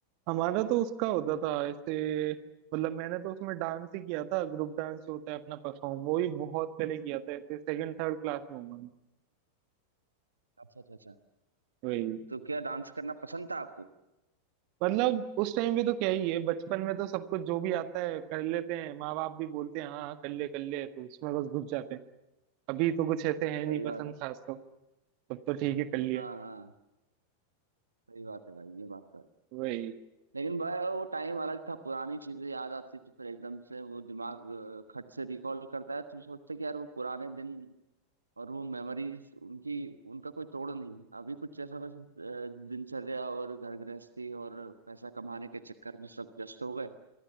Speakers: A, on the right (about 45°); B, on the right (about 80°).
A: हमारा तो उसका होता था ऐसे मतलब मैंने तो उसमें डांस ही किया था ग्रुप डांस जो होता है अपना परफॉर्म वो ही बहुत पहले किया था ऐसे सेकंड थर्ड क्लास में हूँ मैं
B: अच्छा अच्छा अच्छा
A: वही
B: तो क्या डांस करना पसंद था आपको
A: मतलब उस टाइम पे तो क्या ही है बचपन में तो सब कुछ जो भी आता है कर लेते हैं माँ बाप भी बोलते हैं हाँ हाँ, कर ले कर ले तो उसमें बस घुस जाते हैं अभी तो कुछ ऐसे है नहीं
B: सही
A: पसंद
B: बात है
A: खास तो। तब तो ठीक है कर लिया
B: हाँ हाँ सही बात है भाई ये बात तो है
A: वही
B: लेकिन भाई वो टाइम अलग था पुरानी चीजें याद आती तो फिर एकदम से वो दिमाग अ, खट से रिकॉल करता है तुम सोचते कि यार वो पुराने दिन और वो मेमोरीज उनकी उनका कोई तोड़ नहीं अभी कुछ ऐसा बस अ, दिनचर्या और घर गृहस्थी और पैसा कमाने के चक्कर में सब व्यस्त हो गए